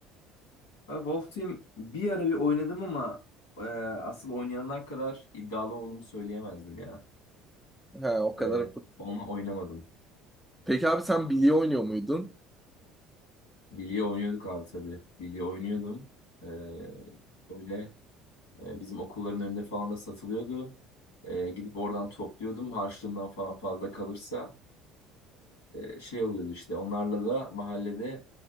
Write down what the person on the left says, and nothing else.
Ha, Wolf Team bir ara bir oynadım ama e, asıl oynayanlar kadar iddialı olduğumu söyleyemezdim ya.
E, onunla oynamadım.
Bilye oynuyorduk abi tabii. Bilye oynuyordum. E, öyle e, bizim okulların önünde falan da satılıyordu. E, gidip oradan topluyordum. Harçlığımdan falan fazla kalırsa e, şey oluyordu işte. Onlarla da mahallede